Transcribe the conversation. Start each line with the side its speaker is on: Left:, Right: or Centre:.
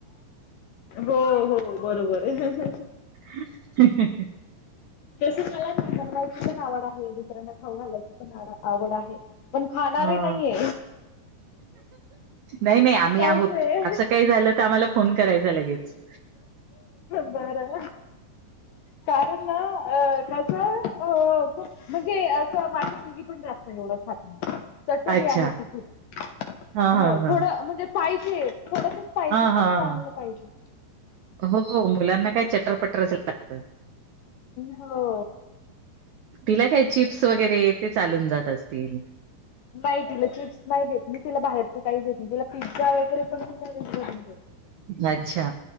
Left: हो हो बरोबर आहे
Right: ह
Left: तस मलांतवायची पण आवड आहे दुसऱ्यांना खाऊन घालायची पण आवड आहे पण खाणारे
Right: हां.
Left: नाहीये
Right: नाही नाही आम आम्ही
Left: असं
Right: आहोत
Left: आहे
Right: असं काही झालं तर आम्हाला फोन करायचा लगेच
Left: बारा कारण अ त्याच अ खप म्हणजे अस मा पण जास्त एवढं खात नाही चटोरीी
Right: अच्छा.
Left: आहे ती खूप
Right: हां, हां,
Left: हो
Right: हां.
Left: थोडं म्हणजे पाहिजे थोडस पाहिजे
Right: हां, हां,
Left: पण चांगलं
Right: हां.
Left: पाहिजे
Right: हो मुलांना काय चटरपटरच लागतं
Left: हो
Right: तिला काय चिप्स वगैरे ते चालून जात असतील
Left: नाही तिला चिप्स नाही देत नाही तिला बाहेरच काही देत नाही तिला पिझ्झा वगैरे पण मी घरी सोून देते
Right: अच्छा